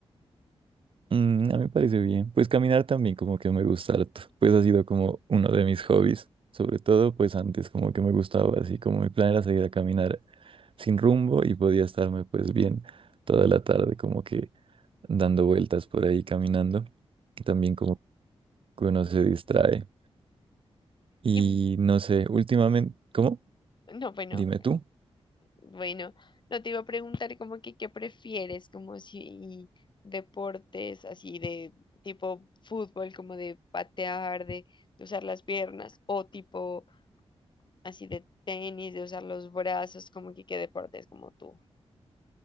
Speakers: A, on the right (about 55°); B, on the left (about 45°).
A: Mm, a mí me parece bien. Pues caminar también como que me gusta harto. Pues ha sido como uno de mis hobbies. Sobre todo, pues antes como que me gustaba así, como mi plan era salir a caminar sin rumbo y podía estarme pues bien toda la tarde como que dando vueltas por ahí caminando. También como que uno se distrae. Y
B: Y
A: no sé, últimamente, ¿cómo?
B: no, bueno,
A: Dime tú.
B: bueno, no te iba a preguntar como que qué prefieres, como si deportes así de tipo fútbol, como de patear, de, de usar las piernas, o tipo así de tenis, de usar los brazos, como que qué deportes como tú,